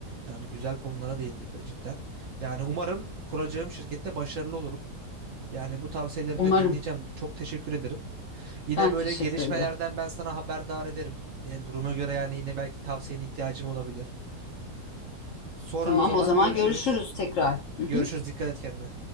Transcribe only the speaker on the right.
Yani güzel konulara değindik cidden. Yani umarım kuracağım şirkette başarılı olurum. Yani bu tavsiyelerini
de dinleyeceğim. Çok teşekkür ederim. Yine
böyle
gelişmelerden
ben sana haberdar ederim. Yine duruma göre yani yine belki tavsiyene ihtiyacım olabilir. Sonra
o zaman
görüşürüz.
Görüşürüz. Dikkat et kendine.